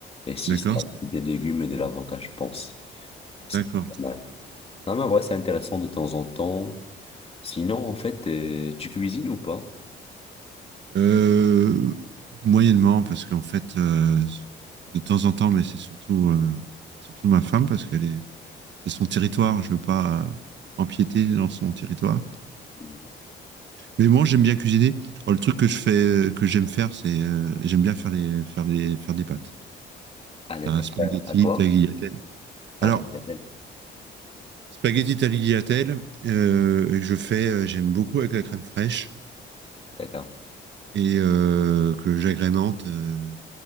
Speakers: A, on the left (about 30°); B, on the right (about 65°).
A: Et six
B: D'accord?
A: avec des légumes et de l'avocat, je pense. C'est
B: D'accord.
A: pas mal. Non, mais en vrai, c'est intéressant de temps en temps. Sinon, en fait, euh, tu cuisines ou pas?
B: Euh, moyennement, parce qu'en fait, euh, de temps en temps, mais c'est surtout, euh, surtout ma femme, parce qu'elle est, c'est son territoire, je veux pas, euh, empiéter dans son territoire.
A: Mm.
B: Mais moi, j'aime bien cuisiner. Oh, le truc que je fais, que j'aime faire, c'est euh, j'aime bien faire les, faire les, faire des pâtes.
A: À l'époque,
B: Ça, spaghetti,
A: Euh, à quoi?
B: tagliatelle.
A: À
B: Alors,
A: la bagatelle.
B: spaghetti tagliatelle, euh, que je fais, euh, j'aime beaucoup avec la crème fraîche
A: D'accord.
B: et euh, que j'agrémente euh,